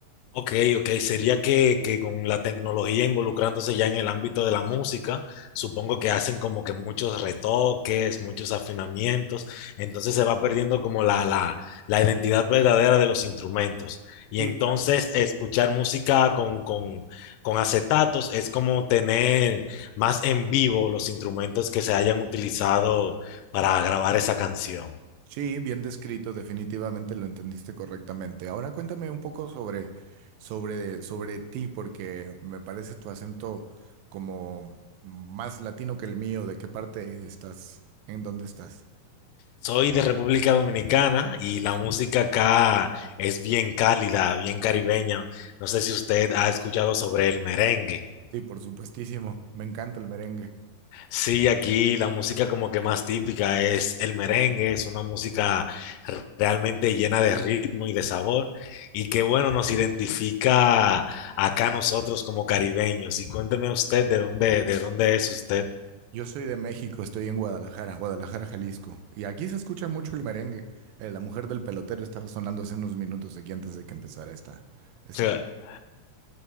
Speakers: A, on the left; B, on the right.
A: Ok, ok, sería que, que con la tecnología involucrándose ya en el ámbito de la música, supongo que hacen como que muchos retoques, muchos afinamientos, entonces se va perdiendo como la, la, la identidad verdadera de los instrumentos. Y
B: Sí,
A: entonces escuchar música con, con, con acetatos es como tener más en vivo los instrumentos que se hayan utilizado para grabar esa canción.
B: Sí, bien descrito, definitivamente lo entendiste correctamente. Ahora cuéntame un poco sobre, sobre, sobre ti, porque me parece tu acento como más latino que el mío. ¿De qué parte estás? ¿En dónde estás?
A: Soy de República Dominicana y la música acá es bien cálida, bien caribeña. No sé si usted ha escuchado sobre el merengue.
B: Sí, por supuestísimo. Me encanta el merengue.
A: Sí, aquí la música como que más típica es el merengue, es una música realmente llena de ritmo y de sabor y que bueno, nos identifica acá nosotros como caribeños. Y cuénteme usted de dónde, de dónde es usted.
B: Yo soy de México, estoy en Guadalajara, Guadalajara, Jalisco. Y aquí se escucha mucho el merengue. Eh, la mujer del pelotero estaba sonando hace unos minutos aquí antes de que empezara esta, esta
A: <laughs>